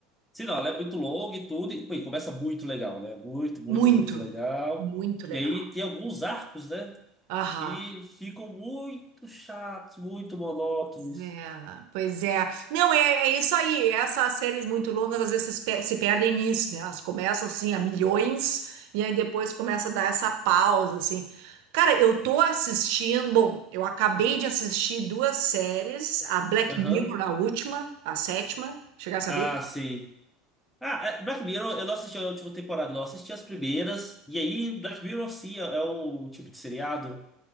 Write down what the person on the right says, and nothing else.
Muito,
muito legal.
Aham.
É, pois é. Não, é, é isso aí. Essas séries muito longas às vezes se, pe- se perdem nisso, né? Elas começam assim a milhões e aí depois começa a dar essa pausa, assim. Cara, eu tô assistindo. Bom, eu acabei de assistir duas séries, a Black
Mirror, a última, a sétima. Chegasse
a ver?